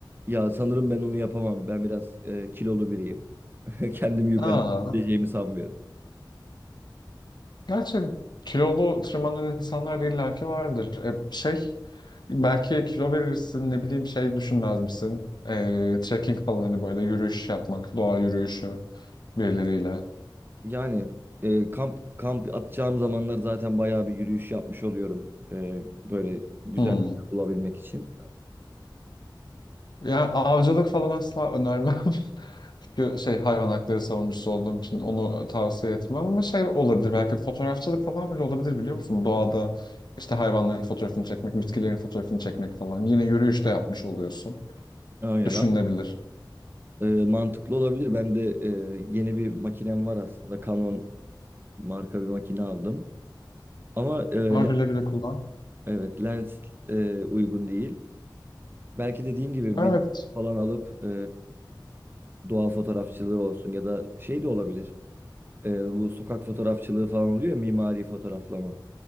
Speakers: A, on the right; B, on the left.
A: Ya sanırım ben onu yapamam. Ben biraz e, kilolu biriyim. <laughs> Kendimi yukarı
B: Aa,
A: çekeceğimi sanmıyorum.
B: gerçi kilolu tırmanan insanlar da illaki vardır e, şey belki kilo verirsin ne bileyim şey düşünmez misin e, trekking falan hani böyle yürüyüş yapmak doğa yürüyüşü birileriyle
A: Yani e, kamp kamp atacağım zamanlar zaten bayağı bir yürüyüş yapmış oluyorum. E, böyle güzel
B: Hmm.
A: bir yer bulabilmek için.
B: Yani avcılık falan asla önermem. <laughs> Çünkü şey hayvan hakları savunucusu olduğum için onu tavsiye etmem ama şey olabilir belki fotoğrafçılık falan bile olabilir biliyor musun? Doğada işte hayvanların fotoğrafını çekmek, bitkilerin fotoğrafını çekmek falan. Yine yürüyüş de yapmış oluyorsun.
A: Aynen.
B: Düşünülebilir.
A: E, mantıklı olabilir. Ben de e, yeni bir makinem var aslında. Canon marka bir makine aldım. Ama e,
B: Var
A: le-
B: güle güle kullan.
A: evet lens e, uygun değil. Belki dediğin gibi
B: Evet.
A: bir falan alıp e, doğa fotoğrafçılığı olsun ya da şey de olabilir. E, bu sokak fotoğrafçılığı falan oluyor ya mimari fotoğraflama.